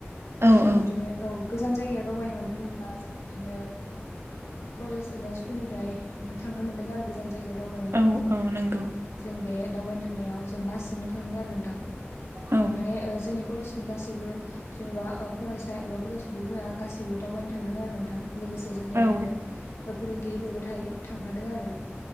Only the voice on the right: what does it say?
औ औ
औ औ नंगौ।
औ
औ